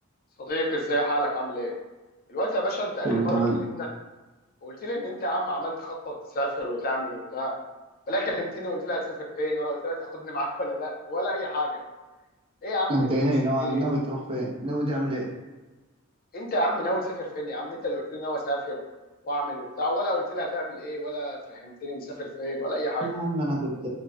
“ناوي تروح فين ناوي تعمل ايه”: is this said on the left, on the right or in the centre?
Right